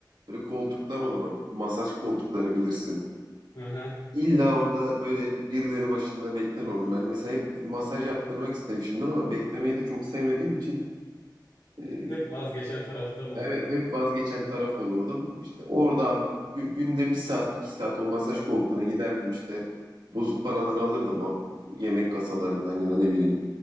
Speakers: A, on the right; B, on the left.
A: böyle koltuklar olur o. Masaj koltukları bilirsin.
B: Hı hı.
A: İlla orada böyle birileri başında bekler onun. Ben mesela hep masaj yaptırmak istemişimdir ama beklemeyi de çok sevmediğim için eee,
B: Hep vazgeçen tarafta mı
A: Evet
B: oldun?
A: hep vazgeçen taraf olurdum. İşte orada abi gü- günde bir saat iki saat o masaj koltuğuna giderdim işte bozuk paraları alırdım o yemek kasalarından ya da ne bileyim